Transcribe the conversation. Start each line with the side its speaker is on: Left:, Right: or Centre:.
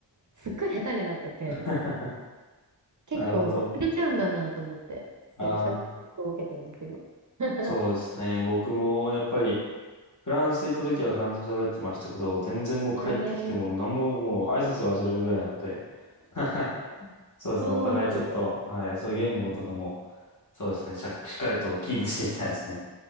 Right: すっごい下手になってて、
Left: <laughs>
Right: 結構忘れちゃうんだなと思って、
Left: なるほど。ああ、
Right: そう、ショックを受けてます、今。<laughs>
Left: そうですね。僕もやっぱり、フランス行った時はフランス語喋ってましたけど、全然もう帰ってきても何ももう挨拶忘れるぐらいなので、
Right: えー、
Left: <laughs>
Right: <laughs>
Left: そうですね。
Right: そうなんだ。
Left: お互いちょっと、はい。そういう言語とかも、そうですね。しゃしっかりとキープしていきたいですね。